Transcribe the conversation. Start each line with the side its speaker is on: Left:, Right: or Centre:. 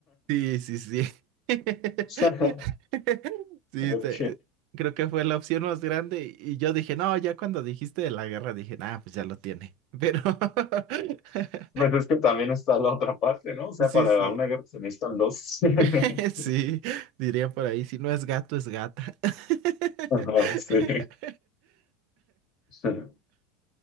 Right: Sí, sí, sí. <laughs>
Left: <laughs>
Right: Sí,
Left: Ok.
Right: te- creo que fue la opción más grande y yo dije, no, ya cuando dijiste de la guerra dije, ah, pues ya lo tiene. Pero <laughs>
Left: Pues es que también está la otra parte, ¿no? O sea,
Right: sí,
Left: para
Right: sí,
Left: una guerra se necesitan dos. <laughs>
Right: <laughs> sí, diría por ahí, si no es gato, es gata. <laughs>
Left: Ajá, sí. <laughs>